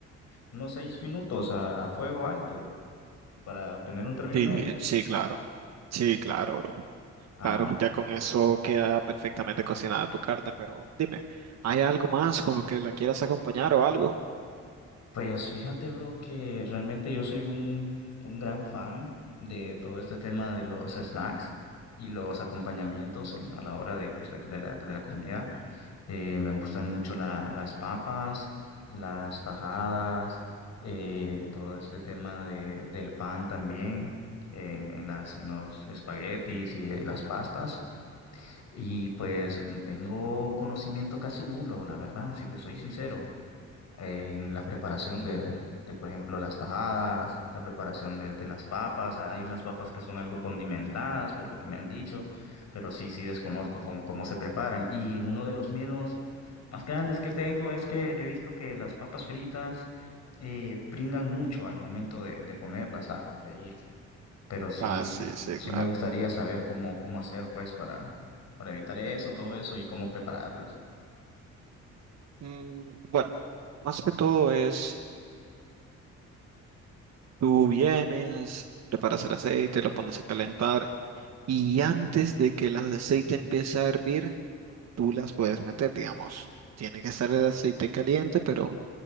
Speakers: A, on the left; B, on the right.
A: unos seis minutos a, a fuego alto para obtener un término
B: Sí,
A: medio.
B: sí, claro. Sí, claro, bro.
A: Ah,
B: Claro, ya con eso queda perfectamente cocinada tu carne, pero dime, ¿hay algo más con lo que la quieras acompañar o algo?
A: pues fíjate, bro, que realmente yo soy un, un gran fan de todo este tema de los snacks y los acompañamientos en, a la hora de, pues, de, de la, de la comida. Eh, me gustan mucho la- las papas, las tajadas, eh, todo este tema de, del pan también, en, en las, en los espaguetis y eh, las pastas. Y pues mm, tengo conocimiento casi nulo, la verdad, si te soy sincero en la preparación de, de, por ejemplo, las tajadas, la preparación de, de las papas. Hay unas papas que son algo condimentadas, por lo que me han dicho, pero sí, sí desconozco cómo, cómo se preparan. Y uno de los miedos más grandes que tengo es que he visto que las papas fritas eh, pringan mucho al momento de, de ponerlas a, a freír. Pero sí,
B: Ah, sí, sí,
A: sí
B: claro.
A: me gustaría saber cómo, cómo hacer, pues, para, para evitar eso, todo eso y cómo prepararlas.
B: Mm, bueno, más que todo es, tú vienes, preparas el aceite, lo pones a calentar y antes de que el aceite empiece a hervir, tú las puedes meter, digamos. Tiene que estar el aceite caliente, pero